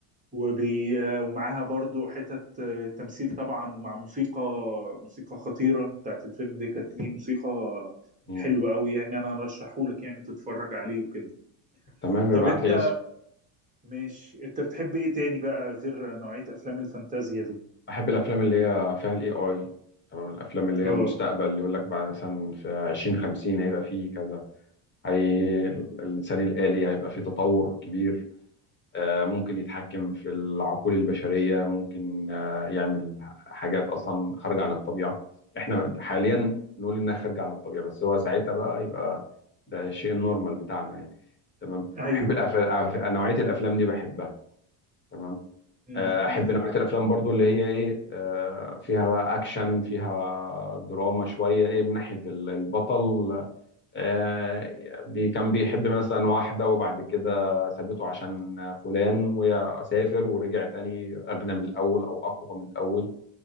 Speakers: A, on the right (about 15°); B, on the left (about 20°).
A: وبي ومعاها برضو حتت تمثيل طبعا مع موسيقى موسيقى خطيره بتاعت الفيلم دي كانت ليه موسيقى
B: مم.
A: حلوه قوي يعني انا ارشحه لك يعني تتفرج عليه وكده
B: تمام،
A: طب
B: يبعت
A: انت
B: لي اسم
A: مش انت بتحب ايه تاني بقى غير نوعيه افلام الفانتازيا دي
B: احب الافلام اللي هي فيها الاي اي تمام الافلام اللي هي
A: اه
B: المستقبل اللي يقول لك بعد مثلا في 2050 هيبقى فيه كذا هي الإنسان الآلي هيبقى فيه تطور كبير آه، ممكن يتحكم في العقول البشرية ممكن آه، يعمل حاجات أصلا خارجة عن الطبيعة إحنا حاليا نقول إنها خارجة عن الطبيعة بس هو ساعتها بقى يبقى ده الشيء النورمال بتاعنا يعني تمام
A: ايوه
B: أحب الأفلام نوعية الأفلام دي بحبها تمام
A: مم،
B: آه،
A: مم.
B: أحب نوعية الأفلام برضو اللي هي إيه آه، فيها بقى أكشن فيها دراما شوية إيه من ناحية البطل آه، بي كان بيحب مثلا واحدة وبعد كده سابته عشان فلان وسافر ورجع تاني أغنى من الأول أو أقوى من الأول